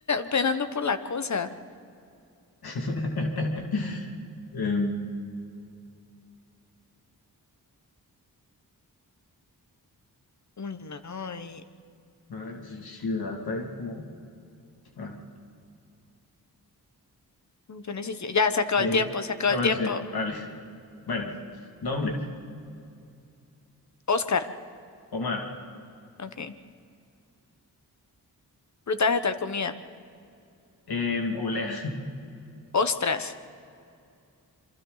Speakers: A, on the left; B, on the left.
A: penando por la cosa?
B: <laughs> Em,
A: Uy, no. y-
B: A ver, si ciudad, país, como... ah,
A: Yo ni siquiera. Ya, se acabó
B: eh,
A: el tiempo, se acabó
B: a
A: el
B: ver,
A: tiempo.
B: sí, vale. Bueno, nombre,
A: Oscar.
B: Omar.
A: Ok. Fruta, vegetal, comida.
B: Eh, oblea,
A: Ostras.